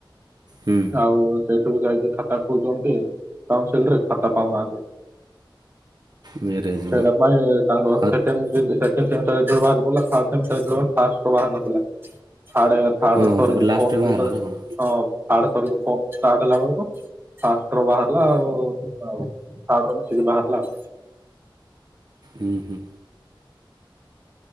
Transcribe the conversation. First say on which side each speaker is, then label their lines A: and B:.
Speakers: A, on the right; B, on the right.
A: ହୁଁ
B: ଆଉ। ସେଠୁ ଯାଇକି ଖାତା ଖୋଜଚନ୍ତି କାଉନସିଲ ରେ ଖାତା ପାଉନାହାନ୍ତି।
A: ମ୍ୟାରେଜ୍
B: ସେଇଟା ପାଇଁ ତାଙ୍କ
A: ଆଉ
B: ସେକେଣ୍ଡ ସେମିଷ୍ଟାର ଯେତେବେଳେ ବାହାରି ପଡିଲା ଥାର୍ଡ଼ ସେମିଷ୍ଟାର ଯେତେବେଳେ ଫାର୍ଷ୍ଟ ଟା ବାହାରି ନଥିଲା। ଥାର୍ଡ଼ ଏ ଥାର୍ଡ଼
A: ଓହୋ
B: ର ସରିନି
A: ତାପରେ ଲାଷ୍ଟରେ
B: ପର୍ସ
A: ବାହାରିଲା
B: ଯେତେବେଳେ
A: ନା କ'ଣ
B: ଛ ଥାର୍ଡ଼ ସରିକି ଫୋର୍ଥ ଷ୍ଟାର୍ଟ ହେଲାବେଳକୁ ଫାର୍ଷ୍ଟ ର ବାହାରିଲା ଆଉ। ଯାହହଉ ଥାର୍ଡ଼ର ମିଶିକି ବାହାରିଲା ଆଉ।
A: ହୁଁ ହୁଁ।